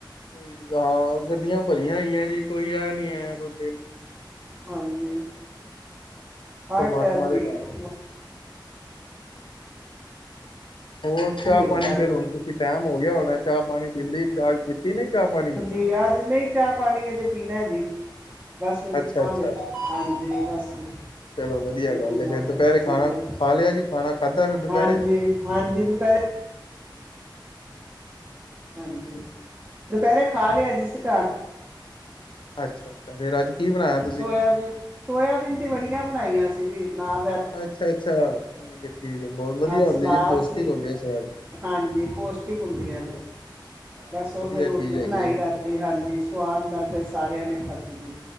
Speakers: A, on the left (about 80°); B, on the right (about 25°).
A: ਕਿ ਹਾਂ, ਗੱਡੀਆਂ ਭਰੀਆਂ ਹੋਈਆਂ ਜੀ, ਕੋਈ ਇਹ ਨਹੀਂ ਹੈ, ਕੋਈ ਦਿਨ
B: ਹਾਂਜੀ, ਹਰ
A: ਪਰਮਾਤਮਾ
B: ਟਾਈਮ
A: ਦੇ
B: ਭੀੜ
A: ਘਰ
B: <inaudible>
A: ਹੋਰ ਚਾਹ
B: ਉਹ ਮਿਲਦਾ
A: ਪਾਣੀ ਫੇਰ
B: ਜੇ
A: ਹੁਣ ਤੁਸੀਂ ਟੈਮ ਹੋ ਗਿਆ ਹੋਣਾ, ਚਾਹ ਪਾਣੀ ਪੀਂਦੀ ਚਾਰਜ ਕੀਤੀ ਨਹੀ, ਚਾਹ-ਪਾਣੀ ਦੀ।
B: ਕਿ ਅੱਜ ਨਹੀਂ ਚਾਹ-ਪਾਣੀ ਹਜੇ ਪੀਣਾ ਜੀ, ਬਸ ਹੁਣ ਪੀਵਾਂਗੇ,
A: ਅੱਛਾ ਅੱਛਾ
B: ਹਾਂਜੀ, ਬਸ ਜੀ।
A: ਚਲੋ, ਵਧੀਆ
B: ਹੁਣ
A: ਗੱਲ
B: ਪੀਵਾਂਗੇ
A: ਏ, ਫੇਰ ਦੁਪਹਿਰੇ ਖਾਣਾ
B: ਠੀਕ ਹੈ ਜੀ
A: ਖਾ ਲਿਆ ਜੀ, ਖਾਣਾ ਖਾਧਾ ਫੇਰ ਦੁਪਹਿਰੇ।
B: ਹਾਂਜੀ ਹਾਂਜੀ, ਦੁਪਹਿਰੇ ਹਾਂਜੀ, ਦੁਪਹਿਰੇ ਖਾ ਲਿਆ ਜੀ ਅਸੀਂ ਘਰ।
A: ਅੱਛਾ। ਫੇਰ ਅੱਜ ਕੀ ਬਣਾਇਆ। ਤੁਸੀਂ?
B: ਸੋਇਆਬੀਨ- ਸੋਇਆਬੀਨ ਦੀਆਂ ਬੜੀਆਂ ਬਣਾਈਆਂ ਸੀ ਜੀ, ਨਾਲ ਅਜ।
A: ਅੱਛਾ-ਅੱਛਾ, ਠੀਕ ਐ- ਠੀਕ ਐ, ਬਹੁਤ ਵਧੀਆ
B: ਨਾਲ ਸਲਾਦ
A: ਹੁੰਦੀ ਜੀ, ਪੌਸ਼ਟਿਕ
B: ਸੀ
A: ਹੁੰਦੀ ਆ ਸੋਇਆਬੀਨ।
B: ਹਾਂਜੀ ਪੌਸ਼ਟਿਕ
A: ਬਹੁਤ ਵਧੀਆ
B: ਹੁੰਦੀਆਂ
A: ਜੀ ਬਹੁਤ
B: ਨੇ,
A: ਵਧੀਆ ਹਾਂ
B: ਬਸ ਉਹ
A: ਵਧੀਆ
B: ਫੇਰ ਰੋਟੀ
A: ਚੀਜ਼ ਹੈਗੀ
B: ਬਣਾਈ
A: ਹੈ ਜੀ।
B: ਰਾਤ। ਤੇ ਹਾਂਜੀ, ਸਵਾਦ ਨਾਲ ਫਿਰ ਸਾਰਿਆਂ ਨੇ ਖਾਧੀ ਜੀ।